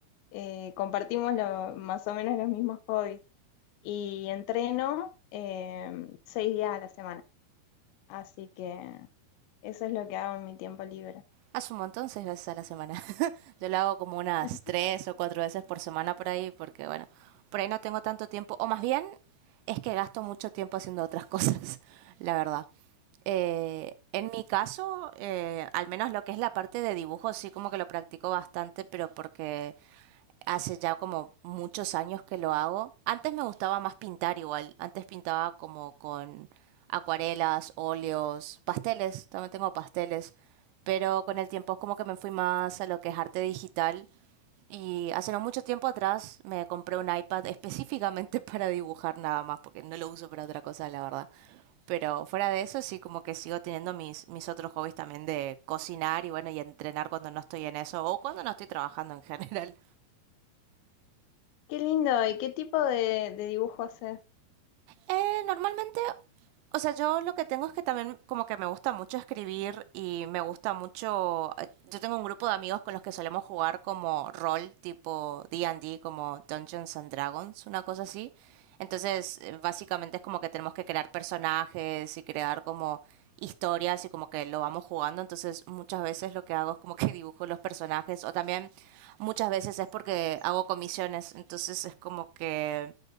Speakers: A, on the left (about 80°); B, on the right (about 80°).
A: eh, compartimos lo- más o menos los mismos hobbies. Y entreno em, seis días a la semana, así que eso es lo que hago en mi tiempo libre.
B: Hace un montón, seis veces a la semana. <laughs> Yo lo hago como unas
A: <laughs>
B: tres o cuatro veces por semana por ahí, porque bueno, por ahí no tengo tanto tiempo, o más bien es que gasto mucho tiempo haciendo otras <laughs> cosas, la verdad. Eh, en mi caso, eh, al menos lo que es la parte de dibujo, sí como que lo practico bastante, pero porque hace ya como muchos años que lo hago. Antes me gustaba más pintar igual, antes pintaba como con acuarelas, óleos, pasteles, también tengo pasteles pero con el tiempo es como que me fui más a lo que es arte digital y hace no mucho tiempo atrás me compré un iPad específicamente <laughs> para dibujar nada más, porque no lo uso para otra cosa, la verdad. Pero fuera de eso, sí, como que sigo teniendo mis, mis otros hobbies también de cocinar y bueno, y entrenar cuando no estoy en eso o cuando no estoy trabajando en general.
A: Qué lindo, ¿y qué tipo de, de dibujo haces?
B: Eh, normalmente, o sea, yo lo que tengo es que también como que me gusta mucho escribir y me gusta mucho... eh, Yo tengo un grupo de amigos con los que solemos jugar como rol, tipo D and D, como Dungeons and Dragons, una cosa así. Entonces, eh, básicamente es como que tenemos que crear personajes y crear como historias y como que lo vamos jugando, entonces muchas veces lo que hago es como que <laughs> dibujo los personajes o también muchas veces es porque hago comisiones, entonces es como que